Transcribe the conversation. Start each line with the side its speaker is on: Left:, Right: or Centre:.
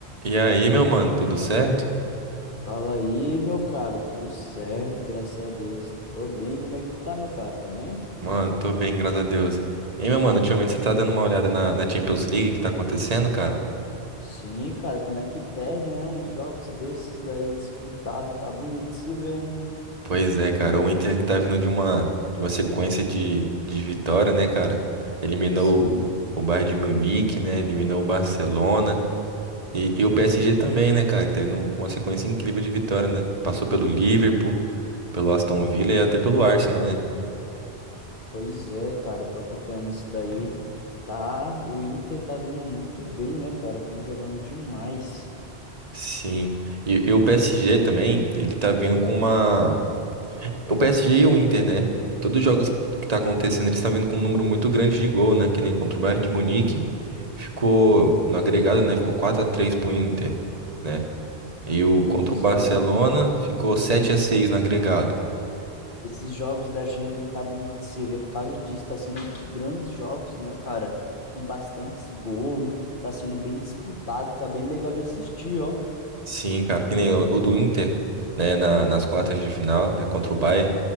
Right: E aí, meu mano, tudo certo?
Left: Fala aí, meu caro, tudo certo, graças a Deus. Tô bem, como é que tu tá, meu caro? Tá bem?
Right: Mano, tô bem, graças a Deus. Hein, meu mano, ultimamente você tá dando uma olhada na, na Champions League que tá acontecendo, cara?
Left: Sim, cara, como é que perde, né? Uns jogos desses daí disputado, tá bonito de se ver, hein?
Right: Pois é, cara, o Inter que tá vindo de uma, de uma sequência de, de vitória, né, cara? Eliminou
Left: Sim,
Right: o Bayern de Munique, né? Eliminou o Barcelona. E, e o PSG também, né, cara? Que tá vindo com uma sequência incrível de vitória, né? Passou pelo Liverpool, pelo Aston Villa e até pelo Arsenal, né?
Left: pois é, cara, tô acompanhando isso daí. Tá, o Inter tá vindo muito bem, né, cara? Tão jogando demais.
Right: Sim. E, e o PSG também, ele tá vindo com uma. O PSG e o Inter, né? Todos os jogos que tá acontecendo, eles estão vindo com um número muito grande de gol, né? Que nem contra o Bayern de Munique, ficou no agregado, né? Ficou 4x3 pro Inter, né? E o
Left: Pois
Right: contra o Barcelona
Left: é.
Right: ficou sete a seis no agregado.
Left: Esses jogos da Champions tá bonito de se ver por causa disso, tá sendo grandes jogos, né, cara? Com bastantes gols, tá sendo bem disputado, tá bem legal de assistir, ó.
Right: Sim, cara, que nem o, o do Inter, né? na- nas quartas de final, né? Contra o Bayern.